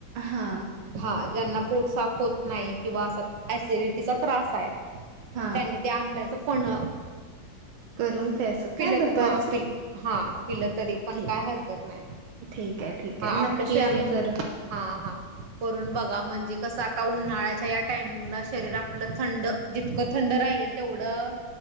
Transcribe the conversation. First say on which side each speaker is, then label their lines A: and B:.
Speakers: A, on the right (about 85°); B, on the right (about 65°).
A: हा
B: हा ज्यांना पोट साफ होत नाही किंवा असा एसिडिटीचा त्रास आहे,
A: हा
B: त्यांनी त्या आंब्याच पन्ह
A: करून प्यायचं
B: पिलं
A: काय दुपारचं
B: तर हा पि हा पिलं तरी पण
A: ठीक
B: काय हरकत नाही.
A: ठीक आहे ठीक
B: हा
A: आहे नक्की
B: आपलं शरीर,
A: आम्ही करू
B: हां हां करून बघा. म्हणजे कसं आता उन्हाळ्याच्या या टायमिंगला शरीर आपलं थंड जितकं थंड राहील तेवढं